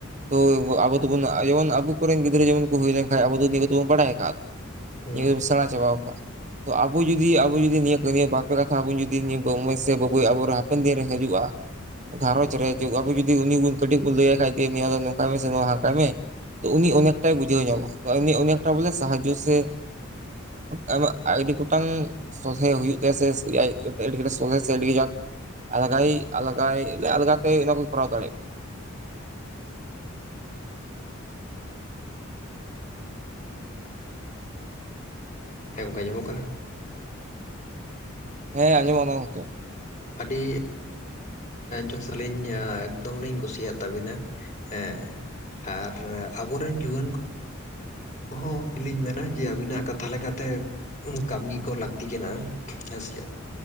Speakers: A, on the right (about 35°); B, on the left (about 35°).
A: ᱛᱚ ᱟᱵᱚ ᱫᱚᱵᱚᱱ ᱤᱭᱟᱹ ᱵᱚ ᱟᱵᱚ ᱠᱚᱨᱮᱱ ᱜᱤᱫᱽᱨᱟᱹ ᱡᱮᱢᱚᱱ ᱠᱚ ᱦᱩᱭ ᱞᱮᱠᱟᱡ, ᱟᱵᱚ ᱫᱚ ᱱᱤᱭᱟᱹ ᱠᱚ ᱫᱚ ᱵᱚᱱ ᱵᱟᱰᱟᱭ ᱭ ᱠᱟᱜᱼᱟ ᱾
B: ᱦᱮᱸ
A: ᱱᱤᱭᱟᱹ ᱠᱚ ᱥᱮᱬᱟ ᱪᱟᱵᱟᱣ ᱠᱟᱜᱼᱟ ᱾ ᱛᱚ ᱟᱵᱚ ᱡᱩᱫᱤ ᱟᱵᱚ ᱡᱚᱫᱤ ᱱᱤᱭᱟᱹ, ᱱᱤᱭᱟᱹ ᱵᱟᱨ ᱯᱮ ᱠᱟᱛᱷᱟ ᱟᱵᱚ ᱡᱩᱫᱤ ᱱᱤᱭᱟᱹ ᱢᱟᱹᱭ ᱥᱮ ᱵᱟᱵᱩ ᱟᱵᱚ ᱦᱟᱯᱮᱱ ᱫᱤᱱ ᱨᱮ ᱦᱤᱡᱩᱜᱼᱟ᱾ ᱜᱷᱟᱨᱚᱸᱧᱡᱽ ᱨᱮ ᱟᱵᱚ ᱡᱩᱫᱤ ᱩᱱᱤ ᱠᱟᱹᱴᱤᱡ ᱵᱚᱱ ᱞᱟᱹᱭ ᱟᱭ ᱠᱷᱟᱱ ᱡᱮ ᱱᱚᱝᱠᱟᱭ ᱢᱮᱥᱮ ᱦᱟᱱᱠᱟᱭ ᱢᱮ ᱾ ᱛᱚ ᱩᱱᱤ ᱚᱱᱮᱠᱴᱟᱭ ᱵᱩᱡᱷᱟᱹᱣ ᱧᱟᱢᱟ, ᱩᱱᱤ ᱚᱱᱮᱠᱴᱟ ᱵᱚᱞᱮ ᱥᱟᱦᱟᱡᱼᱡᱚ ᱥᱮ <inaudible> ᱟᱹᱰᱤ ᱠᱚᱴᱟᱝ ᱥᱚᱞᱦᱮ ᱦᱩᱭᱩᱜ ᱛᱟᱭᱟ ᱥᱮ <inaudible> ᱥᱚᱞᱦᱮ ᱥᱮ ᱟᱹᱰᱤ ᱜᱟᱡᱟᱠ ᱟᱞᱟᱜᱟᱭ, ᱟᱞᱜᱟᱭ ᱟᱞᱜᱟ ᱛᱮ ᱚᱱᱟ ᱠᱚ ᱠᱚᱨᱟᱣ ᱫᱟᱲᱮᱭᱟᱜᱼᱟ ᱾
B: ᱦᱮᱸ ᱜᱚᱝᱠᱮ ᱟᱸᱡᱚᱢᱼᱚᱜ ᱠᱟᱱᱟ?
A: ᱦᱮᱸ ᱟᱸᱡᱚᱢᱚᱜ ᱠᱟᱱᱟ ᱜᱚᱝᱠᱮ ᱾
B: ᱟᱹᱰᱤ ᱡᱚᱛᱞᱤᱧ ᱮᱠᱫᱚᱢ ᱞᱤᱧ ᱠᱩᱥᱤᱭᱟᱜ ᱛᱟᱵᱤᱱᱟ ᱦᱮᱸ ᱾ ᱟᱨ ᱟᱵᱚᱨᱮᱱ ᱡᱩᱣᱟᱹᱱ ᱠᱚ ᱠᱚᱦᱚ ᱟᱹᱞᱤᱧ ᱢᱮᱱᱟ ᱡᱮ ᱟᱵᱤᱱᱟᱜ ᱠᱟᱛᱷᱟ ᱞᱮᱠᱟᱛᱮ ᱠᱟᱹᱢᱤ ᱠᱚ ᱞᱟᱹᱠᱛᱤ ᱠᱟᱱᱟ ᱦᱮᱸ ᱥᱮᱪᱮᱫ?